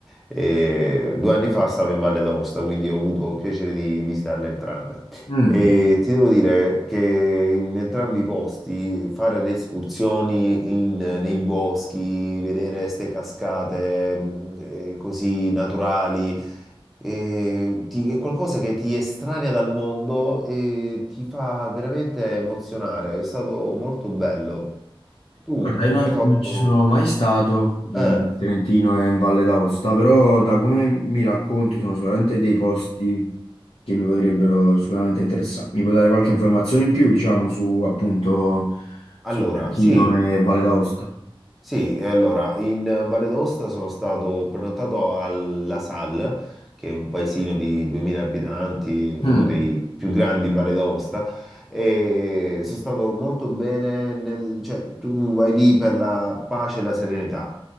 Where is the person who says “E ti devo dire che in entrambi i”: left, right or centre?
Centre